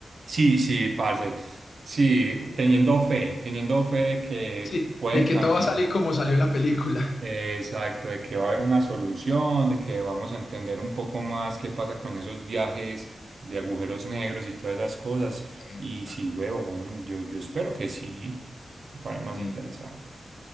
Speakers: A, on the right; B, on the left.
A: Sí, sí, parce. Sí, teniendo fe, teniendo fe de que
B: Sí,
A: pueden
B: de que
A: cambiar.
B: todo va a salir como salió en la película.
A: Exacto, de que va a haber una solución, de que vamos a entender un poco más qué pasa con esos viajes de agujeros negros y todas esas cosas.
B: Exacto.
A: Y sí, huevón, yo, yo espero que sí, para más
B: Eh,
A: interesante.